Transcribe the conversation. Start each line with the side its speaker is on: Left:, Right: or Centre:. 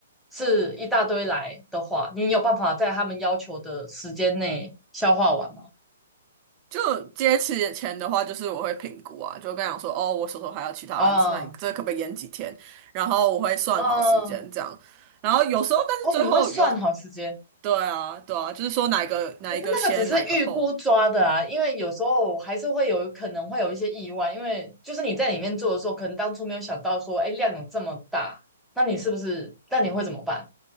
Centre: 是一大堆来的话，你有办法在他们要求的时间内消化完吗？
Right: 就接起眼前的话，就是我会评估啊，就跟他讲说，哦，我手头还有其他案子，
Centre: 啊，
Right: 那你这可不可以延几天？然后我会算好时间这样，
Centre: 嗯，
Right: 然后有时候但是最后有，
Centre: 哦，你会算好时间。
Right: 对啊，对啊，就是说哪一个哪一个先，
Centre: 可是那个只是预估抓的啊，
Right: 哪一个后。
Centre: 因为有时候还是会有可能会有一些意外，因为就是你在里面做的时候，可能当初没有想到说，哎，量有这么大，那你是不是？那你会怎么办？